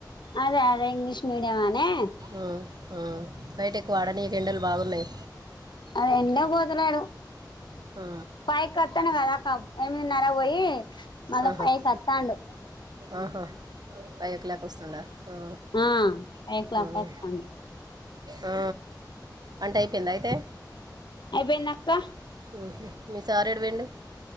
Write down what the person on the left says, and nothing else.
అదే అదే ఇంగ్లీష్ మీడియం అనే
అ ఎండకు బోతలేడు
పైకొత్తేనే కదక్క ఎనిమిదిన్నరకు పోయి మళ్ళా
ఫైవ్ కి వత్తాండు
ఆ ఫైవ్ క్లాక్
వస్తాండు
అయిపోయిందక్క